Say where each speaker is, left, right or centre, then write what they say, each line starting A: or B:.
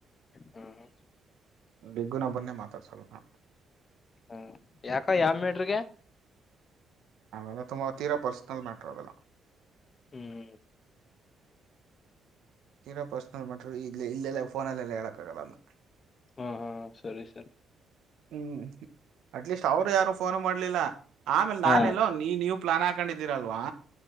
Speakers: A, on the left; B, on the right.
A: ಹ್ಮ್ ಹ್ಮ
B: ಿಗ್ಗುನೊಬ್ಬನ್ನೇ ಮಾತಾಡ್ಸಲ್ ನಾ
A: ಹ್ಮ್ ಯಾಕ ಯಾವ ಮೇಡ್ರಗೆ
B: ಅವೆಲ್ಲ ತುಂಬಾ ತೀರ ಪರ್ಸನಲ್ ಮ್ಯಾಟರ್ ಅವೆಲ್ಲ
A: ಹ್ಮ್
B: ತೀರೋ ಪರ್ಸ್ನಲ್ ಮ್ಯಾಟರ್ ಇ ಇಲ್ಲೆಲ್ಲ ಫೋಲ್ಲೆಲ್ಲ ಹೇಳಕ್ಕಾಗಗಲ್ಲ ಅ
A: ಹಾಂ ಹಾಂ ಸರಿ ಸರಿ
B: ಹ್ಮ್ ಅಟ್ಲೀಸ್ಟ್ ಅವ್ರು ಯಾರು ಫೋನ್ ಮಾಡ್ಲಿಲ್ಲ ಆಮೇಲೆ
A: ಹಾ
B: ನಾನೆಲ್ಲೋ ನೀ ನೀವು್ ಪ್ಲಾನ್ ಹಾಕೊಂಡಿದ್ದೀರಲ್ವಾ